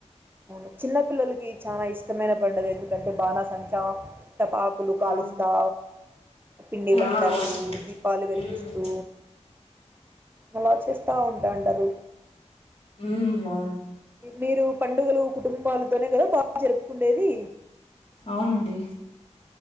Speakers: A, on the right; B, on the left.
A: అవును చిన్న పిల్లలకి చాలా ఇష్టమైన పండుగ ఎందుకంటే బానాసంచా టపాకులు కాలుస్తా
B: అవు
A: పిండివన్
B: ఆ!
A: బట్టలు
B: అవునండి.
A: దీపాలు వెలిగిస్తూ
B: హ్మ్.
A: అలావాచేసి ఉంటాండరు
B: హ్మ్. అవును.
A: మీరు పండుగలు కుటుంబాలతోనే కదా బాగా జరుపుకుండేది
B: అవునండి.